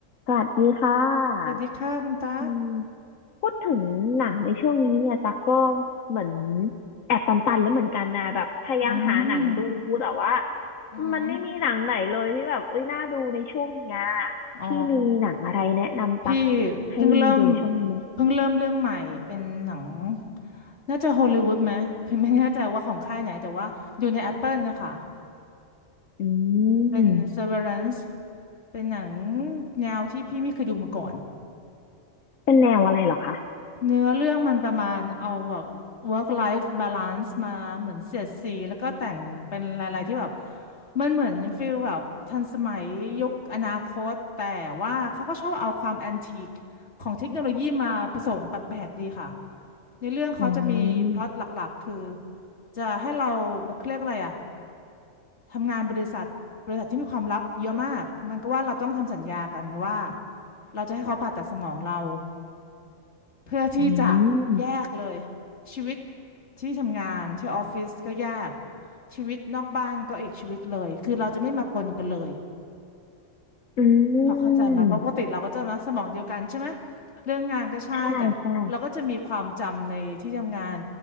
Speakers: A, on the left (about 85°); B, on the left (about 60°).
A: สวัสดีค่ะ
B: สวัสดีค่ะคุณตั๊ก
A: อืมพูดถึงหนังในช่วงนี้เนี่ยตากก็เหมือนแอบตันๆแล้วเหมือนกันนะแบบพยายามหาหนังดูแต่ว่า
B: อืมอือหือ
A: มันไม่มีหนังไหนเลยที่แบบเอ้ยน่าดูในช่วงเนี้ย
B: อ๋อ
A: พี่มีหนังอะไรแนะนำตัก
B: พี่เพิ่งเริ่ม
A: ให้ดูช่วงนี้ไหม
B: เพิ่งเริ่มเรื่องใหม่เป็นหนังน่าจะฮอลลีวูดไหมพี่ไม่แน่ใจว่าของค่ายไหนแต่ว่าอยู่ใน Apple นะคะ
A: อื
B: เป็น
A: ม
B: Severance เป็นหนังแนวที่พี่ไม่เคยดูมาก่อน
A: เป็นแนวอะไรเหรอคะ
B: เนื้อเรื่องมันประมาณเอาแบบ work life balance มาเหมือนเสียดสีแล้วก็แต่งเป็นอะไรๆที่แบบมันเหมือนฟีลแบบทันสมัยยุคอนาคตแต่ว่าเขาก็ชอบเอาความแอนทีคของเทคโนโลยีมาผสมแปลกๆดีค่ะในเรื่องเขาจะมีพล็อตหลักๆคือ
A: อืม
B: จะให้เราเขาเรียกอะไรอะทำงานบริษัทบริษัทที่มีความลับเยอะมากมันก็ว่าเราต้องทำสัญญากันว่าเราจะให้เขาผ่าตัดสมองเรา เพื่อที่จะแยกเลย
A: อืม
B: ชีวิตที่ทำงานที่ออฟฟิศก็แยกชีวิตนอกบ้านก็อีกชีวิตเลยคือเราจะไม่มาปนกันเลย
A: อื
B: พอเข้าใจไหมาเพราะปกติเราก็จะนะสมองเดียวกันใช่ไหม
A: ม
B: เรื่องงานก็ใช่แต่เราก็จะมีความจำในที่ทำงาน
A: ใช่ใช่